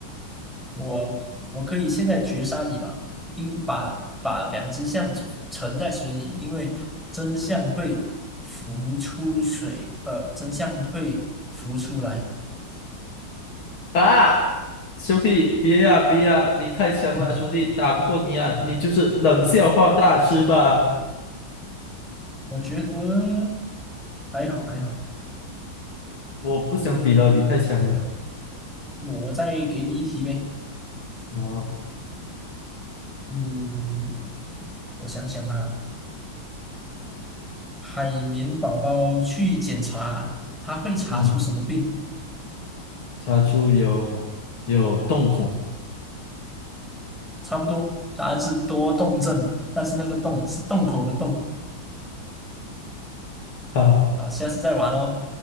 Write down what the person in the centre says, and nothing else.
我我可以现在绝杀你吧，应把把两只象沉在水里，因为真相会浮出水，呃，真相会浮出来。
哼哼，
我觉得还好还好，
嗯，
我再给你一题呗。
嗯，我想想啊，海绵宝宝去检查，他会查出什么病？
差不多，答案是多动症，但是那个动是洞口的洞。
好，下次再玩哦。